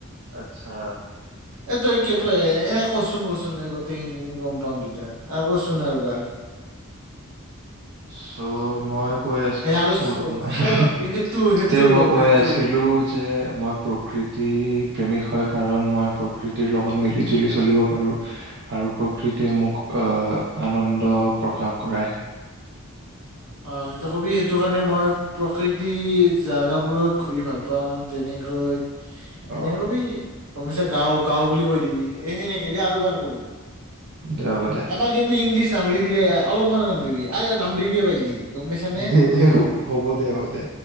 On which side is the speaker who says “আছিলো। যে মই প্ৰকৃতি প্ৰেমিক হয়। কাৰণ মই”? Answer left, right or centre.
Right